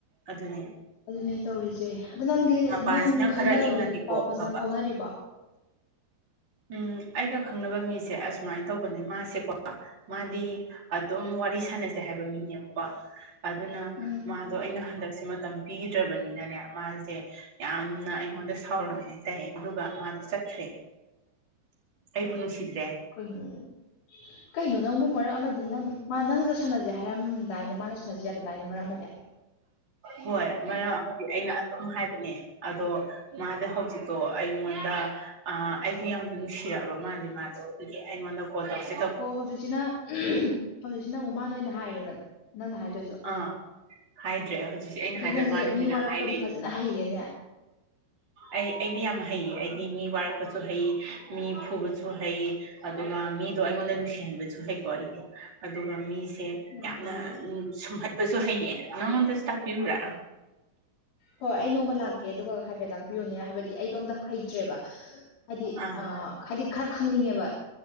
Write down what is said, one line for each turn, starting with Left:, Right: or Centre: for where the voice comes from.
Right: ꯑꯗꯨꯅꯦ
Left: ꯑꯗꯨꯅꯦ ꯇꯧꯔꯤꯁꯦ ꯑꯗꯣ ꯅꯪꯗꯤ
Right: ꯃꯄꯥꯟꯁꯤꯅ
Left: ꯅꯪ ꯈꯪꯅꯕ
Right: ꯈꯔ ꯏꯪꯉꯗꯤꯀꯣ
Left: ꯃꯤꯗꯣ ꯄꯥꯎ ꯐꯖꯅ
Right: ꯐꯕ
Left: ꯐꯥꯎꯅꯔꯤꯕꯣ
Right: ꯎꯝ ꯑꯩꯒ ꯈꯪꯅꯕ ꯃꯤꯁꯦ ꯑꯁꯨꯃꯥꯏꯅ ꯇꯧꯕꯅꯦ ꯃꯥꯁꯦꯀꯣ ꯃꯥꯗꯤ ꯑꯗꯨꯝ ꯋꯥꯔꯤ ꯁꯥꯟꯅꯁꯦ ꯍꯥꯏꯕ ꯃꯤꯅꯦꯕꯀꯣ ꯑꯗꯨꯅ
Left: ꯎꯝ
Right: ꯃꯥꯗꯣ ꯑꯩꯅ ꯍꯟꯗꯛꯁꯦ ꯃꯇꯝ ꯄꯤꯗ꯭ꯔꯕꯅꯤꯅꯅꯦ ꯃꯥꯁꯦ ꯌꯥꯝꯅ ꯑꯩꯉꯣꯟꯗ ꯁꯥꯎꯔꯝꯃꯦ ꯍꯥꯏꯇꯥꯔꯦ ꯑꯗꯨꯒ ꯃꯥꯗꯣ ꯆꯠꯈ꯭ꯔꯦ ꯑꯩꯕꯨ ꯅꯨꯡꯁꯤꯗꯦ
Left: ꯑꯩꯣꯏ ꯀꯩꯅꯣ ꯅꯪꯕꯨ ꯃꯔꯛ ꯑꯃꯗꯤ ꯅꯪ ꯃꯥ ꯅꯪꯅ ꯁꯥꯟꯅꯖꯦ ꯍꯥꯏꯔꯝꯗꯥꯏꯅꯦ ꯃꯥꯅ ꯁꯥꯟꯅꯖ ꯌꯥ ꯑꯗꯨꯗꯥꯏꯅꯦ ꯃꯔꯛ ꯑꯃꯗꯤ
Right: ꯍꯣꯏ ꯃꯔꯛ ꯑꯃꯗꯤ ꯑꯩꯅ ꯑꯗꯨꯝ ꯍꯥꯏꯕꯅꯦ ꯑꯗꯣ ꯃꯥꯗ ꯍ ꯍꯧꯖꯤꯤꯀꯣ ꯑ ꯃꯗ ꯑ ꯑꯩꯕꯨ ꯌꯥꯝꯅ ꯅꯨꯡꯁꯤꯔꯛꯑꯕ ꯃꯥꯜꯂ ꯃꯥꯗꯣ ꯑꯗꯨꯒꯤ ꯑꯩꯉꯣꯟꯗ ꯀꯣꯜ ꯇꯧꯁꯤ
Left: ꯑꯣ ꯍꯧꯖꯤꯛꯁꯤꯅ ꯎꯝ ꯍꯧꯖꯤꯛꯁꯤꯅ ꯃꯨꯛ ꯃꯥꯅ ꯑꯣꯏꯅ ꯍꯥꯏꯔꯦꯕ ꯅꯪꯅ ꯍꯥꯏꯗ꯭ꯔꯁꯨ
Right: ꯑ ꯍꯥꯏꯗ꯭ꯔꯦ ꯍꯧꯖꯤꯛꯁꯦ ꯑꯩꯅ
Left: ꯑꯗꯨ
Right: ꯍꯥꯏꯗ꯭ꯔꯥ
Left: ꯅꯪꯁꯦ
Right: ꯃꯥꯅ
Left: ꯃꯤ
Right: ꯑꯣꯏꯅꯥ
Left: ꯋꯥꯔꯛꯄꯗꯤ
Right: ꯍꯥꯏ ꯂꯩꯅꯦ
Left: ꯐꯖꯅ ꯍꯩꯔꯦꯅꯦ
Right: ꯑꯩ ꯑꯩꯗꯤ ꯌꯥꯝ ꯍꯩꯌꯦ ꯑꯩꯗꯤ ꯃꯤ ꯋꯥꯔꯛꯄꯁꯨ ꯍꯩ ꯃꯤ ꯐꯨꯕꯁꯨ ꯍꯩ ꯑꯗꯨꯒ ꯃꯤꯗꯣ ꯑꯩꯉꯣꯟꯗ ꯅꯨꯡꯁꯤꯍꯟꯕꯁꯨ ꯍꯩꯀꯣ ꯑꯩꯗꯤ ꯑꯗꯨꯒ ꯃꯤꯁꯦ
Left: ꯌꯥꯝ
Right: ꯌꯥꯝꯅ
Left: ꯐꯩꯌꯦ
Right: ꯎ ꯁꯨꯝꯍꯠꯄꯁꯨ ꯍꯩꯌꯦ ꯅꯉꯣꯟꯗꯁꯨ ꯇꯥꯛꯄꯤꯌꯨꯔꯥ
Left: ꯍꯣꯏ ꯑꯩ ꯅꯣꯡꯃ ꯂꯥꯛꯀꯦ ꯑꯗꯨꯒ ꯍꯥꯏꯐꯦꯠ ꯇꯥꯛꯄꯤꯌꯨꯅꯦ ꯍꯥꯏꯕꯗꯤ ꯑꯩꯗꯣ ꯑꯝꯇ ꯍꯩꯇ꯭ꯔꯦꯕ ꯍꯥꯏꯗꯤ
Right: ꯑꯥ
Left: ꯑ ꯍꯥꯏꯗꯤ ꯈꯔ ꯈꯪꯅꯤꯡꯉꯦꯕ